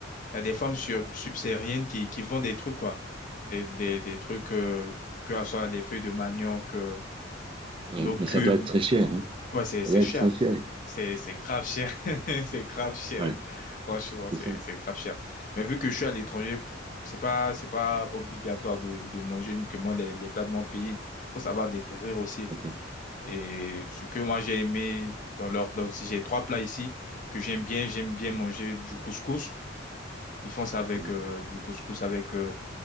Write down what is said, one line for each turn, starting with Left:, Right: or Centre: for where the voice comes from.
Left: Il y a des femmes sur- subsahariennes qui, qui vendent des trucs, quoi. Des, des, des trucs, euh, que ce soit les feuilles de manioc, euh,
Right: ouais,
Left: nos cubes.
Right: mais ça doit être très cher, hein?
Left: Ouais, c'est,
Right: Ça
Left: c'est
Right: doit
Left: cher.
Right: être très cher.
Left: C'est, c'est grave cher. <laughs> C'est grave cher.
Right: Ouais,
Left: Franchement, c'est,
Right: c'est ça,
Left: c'est grave cher. Mais vu que je suis à l'étranger, c'est pas, c'est pas obligatoire de, de manger uniquement les, les plats de mon pays. Faut savoir découvrir aussi.
Right: tout à fait.
Left: Et ce que moi j'ai aimé dans leurs plats aussi, j'ai trois plats ici que j'aime bien. J'aime bien manger du couscous. Ils font ça avec
Right: Ouais.
Left: euh, du couscous avec euh,